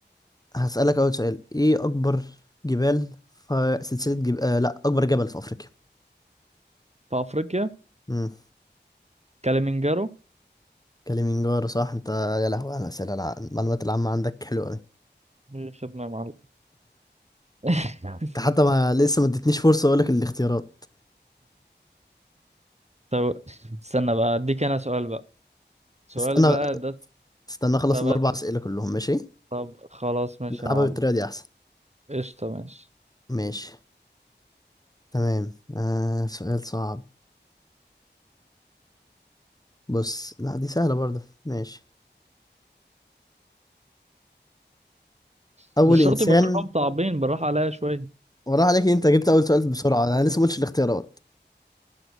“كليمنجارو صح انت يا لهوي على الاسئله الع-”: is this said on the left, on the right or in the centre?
Left